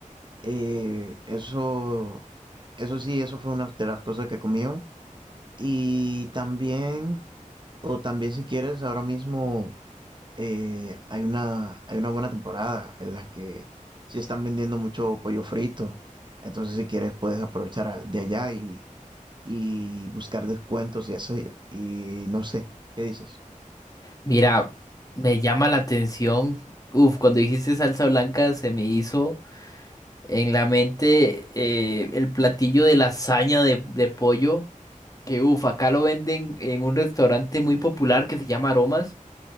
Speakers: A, on the right; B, on the left.
A: Eh, eso Eso sí, eso fue una de las cosas que comí hoy. Y también, o también si quieres, ahora mismo eh, hay una, hay una buena temporada en la que sí están vendiendo mucho pollo frito. Entonces, si quieres, puedes aprovechar a- de allá y, y buscar descuentos y así. Y no sé, ¿qué dices?
B: Mira, me llama la atención, uf, cuando dijiste salsa blanca se me hizo... en la mente eh, el platillo de lasaña de, de pollo, que uff, acá lo venden en un restaurante muy popular que se llama Aromas.